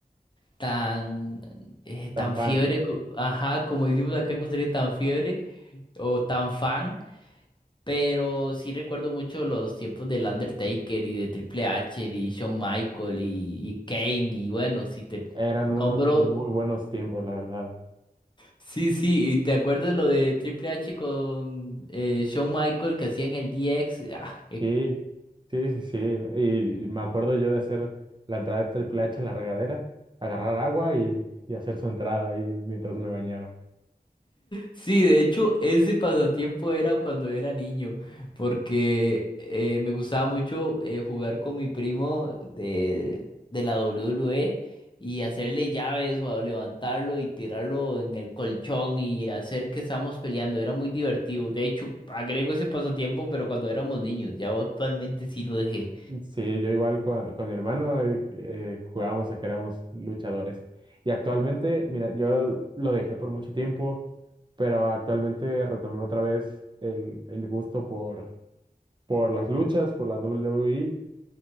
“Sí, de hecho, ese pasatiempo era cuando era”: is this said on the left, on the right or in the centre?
Left